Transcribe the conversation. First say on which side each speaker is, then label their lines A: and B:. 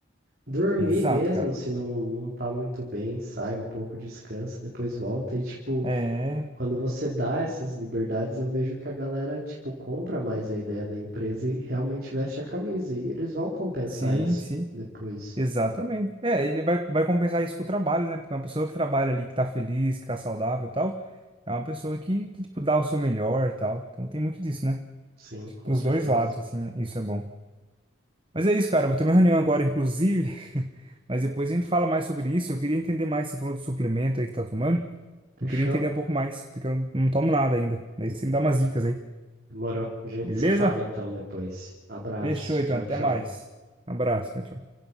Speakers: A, on the right (about 50°); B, on the right (about 25°).
A: dormir
B: Exato,
A: mesmo,
B: cara.
A: se não, não tá muito bem, sai um pouco, descansa, depois volta. E, tipo,
B: É,
A: quando você dá essas liberdades, eu vejo que a galera, tipo, compra mais a ideia da empresa e realmente veste a camisa. E eles vão compensar
B: sim,
A: isso
B: sim.
A: depois.
B: Exatamente. É, ele vai, vai compensar isso com o trabalho, né? Porque uma pessoa que trabalha ali, que tá feliz, que tá saudável e tal, é uma pessoa que, que tipo, dá o seu melhor e tal. Então tem muito disso, né?
A: Sim, com
B: Pros
A: certeza.
B: dois lados, assim, né? isso é bom. Mas é isso, cara. Eu vou ter uma reunião agora, inclusive. <laughs> Mas depois a gente fala mais sobre isso. Eu queria entender mais. Você falou do suplemento aí que tá tomando.
A: Fechou?
B: Eu queria entender um pouco mais, porque eu não tomo nada ainda. Daí você me dá umas dicas aí.
A: Demorou. A gente
B: Beleza?
A: se fala então depois. Abraço.
B: Fechou, então.
A: Tchau,
B: Até
A: tchau.
B: mais. Um abraço. Tchau, tchau.